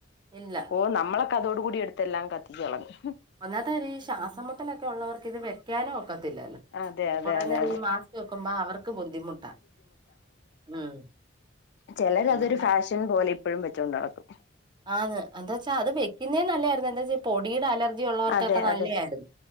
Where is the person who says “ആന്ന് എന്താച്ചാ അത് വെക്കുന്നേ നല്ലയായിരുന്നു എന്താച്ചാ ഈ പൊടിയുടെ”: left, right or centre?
Right